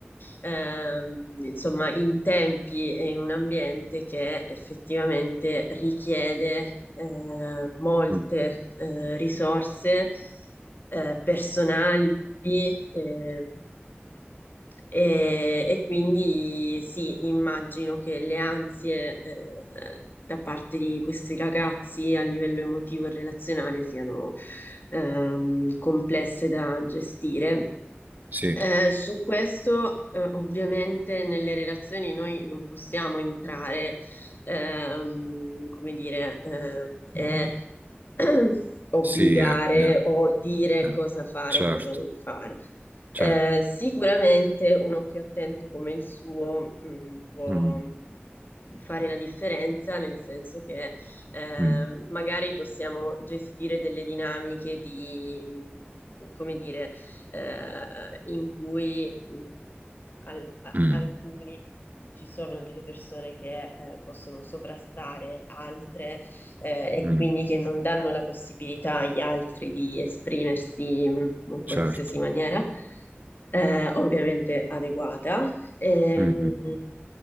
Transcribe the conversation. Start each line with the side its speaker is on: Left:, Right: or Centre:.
Left: ehm, insomma, in tempi e in un ambiente che effettivamente richiede eh, molte
Right: Mm.
Left: eh, risorse eh, personali, ehm, e, e quindi sì, immagino che le ansie eh, da parte di questi ragazzi a livello emotivo e relazionale siano ehm, complesse da gestire.
Right: sì,
Left: Eh, su questo, eh, ovviamente, nelle relazioni noi non possiamo entrare, ehm, come dire, eh, e <clears throat> obbligare
Right: sì, eh, ne-
Left: o dire
Right: eh,
Left: cosa fare
Right: certo,
Left: e cosa non fare.
Right: certo,
Left: Eh, sicuramente un occhio attento come il suo, mm, può
Right: Mm,
Left: fare la differenza, nel senso che eh,
Right: mm,
Left: magari possiamo gestire delle dinamiche di, mm, come dire, eh, in cui mh, al- a-
Right: mm,
Left: alcuni ci sono delle persone che eh, possono sovrastare altre eh, e
Right: mm,
Left: quindi che non danno la possibilità agli altri di esprimersi mh, in
Right: certo,
Left: qualsiasi maniera, eh, ovviamente adeguata. Ehm,
Right: Mm, mm, mm.